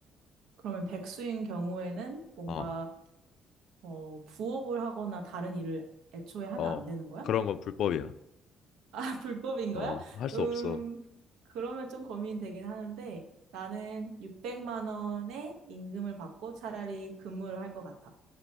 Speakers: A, on the right; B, on the left.
A: 그러면 백수인 경우에는 뭔가,
B: 어,
A: 어, 부업을 하거나 다른 일을 애초에 하면
B: 어,
A: 안 되는 거야?
B: 그런 건 불법이야.
A: <laughs> 아, 불법인
B: 어,
A: 거야?
B: 할 수
A: 음,
B: 없어.
A: 그러면 좀 고민되긴 하는데, 나는 600만 원의 임금을 받고 차라리 근무를 할 것 같아.